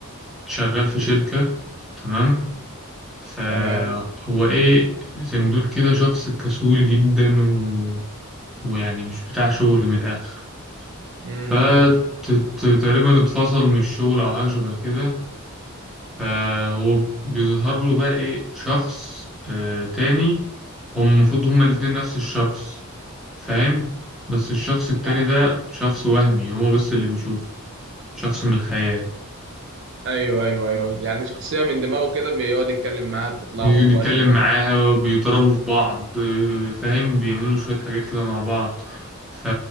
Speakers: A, in the centre; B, on the right (about 55°).
A: شغال في شركة تمام فهو
B: تمام
A: ايه زي ما تقول كده شخص كسول جدا و... ويعني مش بتاع شغل من الآخر
B: امم
A: فتقريبا اتفصل من الشغل أو حاجة شبه كده فهو بيظهر له بقى إيه شخص آه تاني هم المفروض هما الاتنين نفس الشخص فاهم بس الشخص التاني
B: يعني
A: ده شخص وهمي هو بس اللي بيشوفه شخص من الخيال
B: ايوه ايوه ايوه يعني شخصيه من دماغه كده بيقعد يتكلم معاها بتطلع
A: بيقعد
B: له في
A: يتكلم
B: وقت من الاوقات
A: معاها بيضربوا في بعض آه، فاهم بيعملوا شوية حاجات كده مع بعض ف